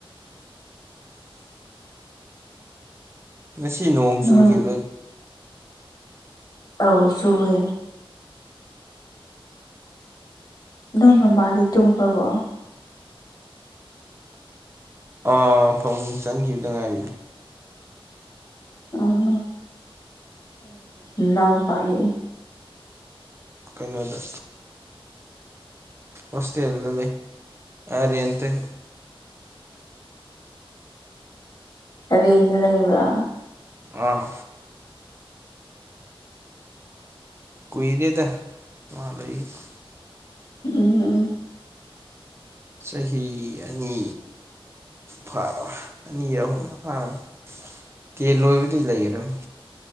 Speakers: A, on the right; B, on the left.
A: ꯉꯁꯤ ꯅꯣꯡ
B: ꯅꯣꯏ
A: ꯆꯨꯈꯤꯕ꯭ꯔꯥ
B: ꯑꯧ ꯁꯍꯦ ꯅꯣꯏ ꯃꯃꯥꯗꯤ ꯇꯨꯝꯒꯔꯕꯣ
A: ꯑꯥ ꯐꯃꯨꯡ ꯆꯪꯈꯤꯕꯗ ꯉꯥꯏꯔꯤꯅꯤ
B: ꯑꯣ ꯎꯅ ꯄꯔ
A: ꯀꯩꯅꯣꯗ ꯑꯥ ꯀꯩꯅꫭꯗꯥ ꯑꯥ ꯔꯤꯠ ꯇ ꯂꯩ
B: ‍ꯔꯦꯇꯥ ꯂꯩꯕ
A: ꯑꯥ ꯀꯨꯏꯔꯦꯗ ꯃꯥ ꯂꯩꯒ
B: ꯎꯝ
A: ꯆꯍꯤ ꯑꯅꯤ ꯐꯥꯔꯝ ꯑꯅꯤ ꯑꯍꯨꯝꯅ ꯐꯥꯔꯝꯃꯤ ꯇꯦꯟ ꯂꯣꯏꯕꯗꯤ ꯂꯩꯈ꯭ꯔꯅꯤ